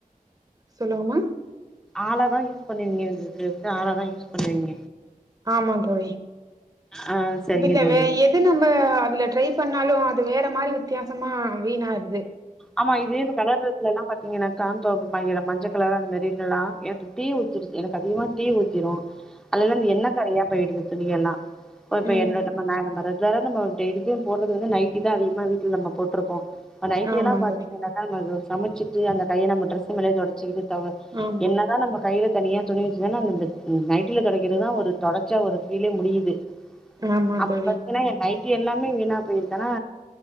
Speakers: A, on the right; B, in the centre.
A: சொல்லுங்ம்மா
B: ஆலா தா யூஸ் பண்ணுவீங்க எங்களுக்கு வந்து ஆலா தா யூஸ் பண்ணுவீங்க
A: ஆமாந் தோழி
B: ஆ சரிங்க
A: இதுல
B: தோழி
A: வே எ து நம்ம அதுல ட்ரை பண்ணாலு அது வேற மாரி வித்தியாசமா வீணா ஆகுது
B: ஆமா இதே இப்ப கலர் டிரஸ்லல்லா பாத்தீங்கன்னாக்கா <unintelligible> மஞ்ச கலர் அந்த மாரி இதுலல்லா எனக்கு டீ ஊத்திடுது எனக்கு அதிகமாக டீ ஊத்திரு
A: <unintelligible>
B: அதுலல்லா அந்த எண்ணெ கறையா போயிடுது துணியெல்லா போய் போய்
A: ம்
B: எண்ணெ நம்ம <unintelligible> வேற நம்ம டெய்லிக்கு போட்றது வந்து நைட்டிதா அதிகமா வீட்ல நம்ம போட்ருப்போ நைய்டி
A: ஆமா
B: எல்லா பாத்தீனாக்கா
A: தோழி
B: நம்ம இது சமச்சிட்டு அந்த கைய நம்ம டிரஸ் மேல தொடச்சிகிட்டு <unintelligible>
A: ஆமா
B: என்னதா நம்ம கைல தனியா துணி வெச்சுதுதா நம்ம இந்த நைட்டில தொடைக்கிறதுதா ஒரு தொடச்சா ஒரு ஃபீலே முடியிது
A: ஆமா
B: அப்ப
A: தோழி
B: பாத்தீங்கன்னா எ நைட்டி எல்லாமே வீணா போயிருக்கன்னா